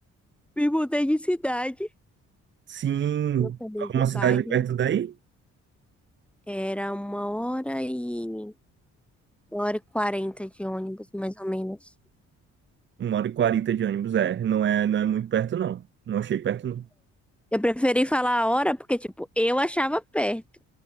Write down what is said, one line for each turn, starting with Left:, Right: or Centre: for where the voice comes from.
Centre: me mudei de cidade.
Right: Sim,
Centre: Não falei
Right: alguma
Centre: de bairro.
Right: cidade perto daí?
Centre: Era uma hora e... Uma hora e quarenta de ônibus, mais ou menos.
Right: Uma hora e quarenta de ônibus, é. Não é, não é muito perto, não. Não achei perto, não.
Centre: Eu preferi falar a hora porque, tipo, eu achava perto.